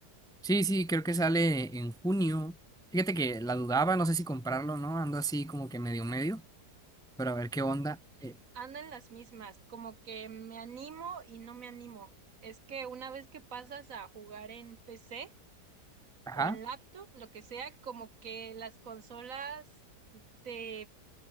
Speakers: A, in the centre; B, on the right (about 55°).
A: Sí, sí, creo que sale en junio. Fíjate que la dudaba, no sé si comprarlo o no, ando así como que medio medio, pero a ver qué onda. Eh,
B: Ando en las mismas, como que me animo y no me animo. Es que una vez que pasas a jugar en PC
A: ajá,
B: o en laptop, lo que sea, como que las consolas te